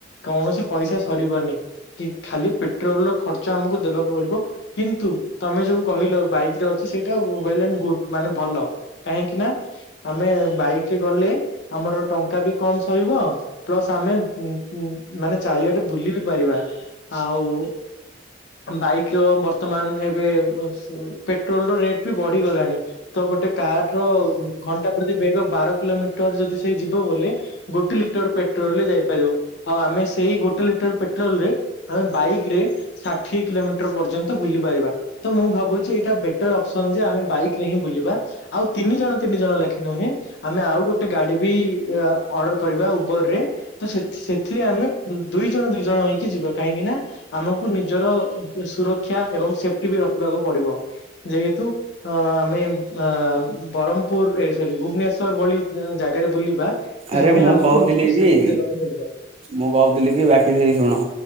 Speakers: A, on the left (about 65°); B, on the right (about 35°).
A: କୌଣସି ପଇସା ସରିବନି। କି ଖାଲି ପେଟ୍ରୋଲ ର ଖର୍ଚ୍ଚ ଆମକୁ ଦେବାକୁ ପଡିବ। କିନ୍ତୁ ତମେ ଯୋଉ କହିଲ ବାଇକ ରେ ଅଛି ସେଇ ଟା ୱଲ୍ ଆଣ୍ଡ ଗୁଡ୍ ମାନେ ଭଲ କାହିଁକି ନା ଆମେ ବାଇକି ଗଲେ ଆମର ଟଙ୍କା ବି କମ୍ ସହିବ। ପ୍ଲସ୍ ଆମେ ଉଁ ଉଁ ମାନେ ଚାରିଆଟେ ବୁଲି ବି ପାରିବା ଆଉ ବାଇକ ର ବର୍ତ୍ତମାନ ଏବେ ପେଟ୍ରୋଲ ର ରେଟ ବି ବଢିଗଲାଣି। ତ ଗୋଟେ କାର ର ଘଣ୍ଟା ପ୍ରତି ବେଗ ବାର କିଲୋମିଟର ଯଦି ସେଇ ଯିବ ବୋଲି ଗୋଟେ ଲିଟର ପେଟ୍ରୋଲରେ ଯାଇପାରିବ ଆଉ ଆମେ ସେଇ ଗୋଟେ ଲିଟର ପେଟ୍ରୋଲ ରେ ଆମେ ବାଇକ ରେ ଷାଠିଏ କିଲୋମିଟର ପର୍ଯ୍ୟନ୍ତ ବୁଲି ପାରିବା। ତ ମୁଁ ଭାବୁଛି ଏଇଟା ବେଟର ଅପ୍ସନ ଯେ ଆମେ ବାଇକରେ ହିଁ ବୁଲିବା। ଆଉ ତିନି ଜଣ ତିନି ଜଣ ଲେଖେ ନୁହେଁ ଆମେ ଆଉ ଗୋଟ ଗୋଟେ ଗାଡି ବି ଅର୍ଡର କରିବା ଉପରେ ତ ସେ ସେଥିରେ ଆମେ ଦୁଇ ଜଣ ଦୁଇ ଜଣ ହେଇକି ଯିବା କାହିଁକି ନା ଆମକୁ ନିଜର ସୁରକ୍ଷା ଏବଂ ସେଫ୍ଟି ବି ରଖିବାକୁ ପଡିବ। ଯେହେତୁ ଅ ଆମେ ବ୍ରହ୍ମପୁର ଏ ସରି ଭୁବନେଶ୍ଵର ଭଳି ଜାଗାରେ ବୁଲିବା ତ
B: ଆରେ
A: ସେଥିପାଇଁ
B: ମୁଁ
A: ଆମକୁ
B: କହୁଥିଲି
A: ନିଜକୁ ସେଫ୍ଟି
B: କି
A: ଦେବାକୁ ପଡିବ।
B: ମୁଁ କହୁଥିଲି କି ବାକି ସେଇ ଶୁଣ।